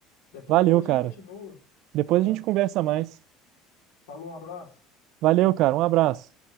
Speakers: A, on the left; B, on the right.
A: Depois,
B: Valeu,
A: depois
B: cara.
A: a gente continua,
B: Depois
A: tá?
B: a gente conversa mais.
A: Falou, um abraço.
B: Valeu, cara. Um abraço.